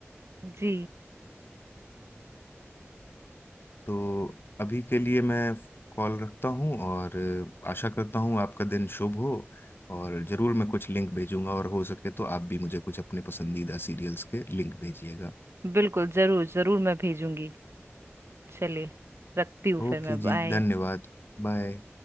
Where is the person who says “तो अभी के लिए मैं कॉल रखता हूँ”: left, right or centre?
Left